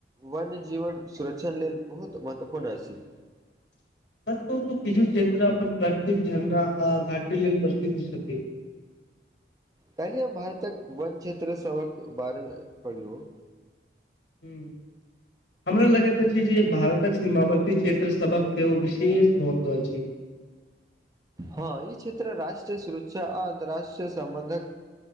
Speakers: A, on the right (about 20°); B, on the left (about 75°).
A: वन्य जीवन सुरक्षण लेल बहुत महत्वपूर्ण अछि
B: <inaudible> सच कहु त किछु क्षेत्र अपन प्राकतिक झरना आ घाट लेल प्रसिद्ध छथि <inaudible>
A: कायलि हम भारतक वन क्षेत्र सभक बारे मे पढ़लु
B: ह्म हमरा लगैत अछि जे भारतक सीमावर्ती क्षेत्र सभक सेहो विशेष महत्व अछि
A: हँ ई क्षेत्र राष्ट्रीय सुरुक्षा आ अन्तराष्ट्रीय सम्बन्धक